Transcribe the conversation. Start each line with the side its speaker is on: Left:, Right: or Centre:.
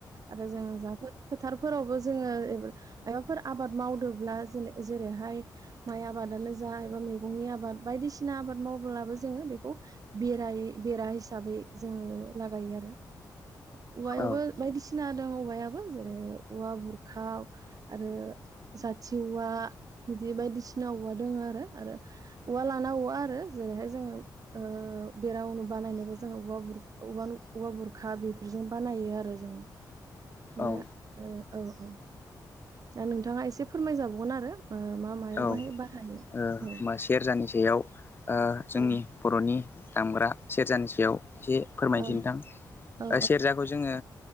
Right: आरो जोंङो जा फोथारफोरावबो जोङो मायाबाफोर आबाद मावदोंब्ला जेरैहाय माइ आबादानो जा एबा मैगंनि आबाद बायदि बायदिसिना आबाद मावब्लाबो जोङो बेखौ बेरायै बेरा हिसाबै जोङो लागायो आरो। औवायाबो
Left: औ
Right: बायदिसिना दं औवायाबो जेरै औवा बुरखाव आरो जाथि औवा बिदि बायदिसिना औवा दङ आरो आरो औवा लान ना आरो जेरैहाय जों ओ बेरानो बानायनोबो जोङो औवा बुर- औवा बुर खा बेफोरजों बानायो आरो जोङो। ओ
Left: औ
Right: औ औ दा नोंथाङा एसे फोरमायजाबावगोन आरो। ओ मा मायाव
Left: औ,
Right: बाहाय बाहायो
Left: ओ
Right: औ
Left: सेरजानि सायाव ओ जोंनि
Right: औ
Left: बर'नि दामग्रा सेरजानि सायाव एसे फोरमायनोसै
Right: औ
Left: नोंथां।
Right: औ
Left: सेरजाखौ जोङो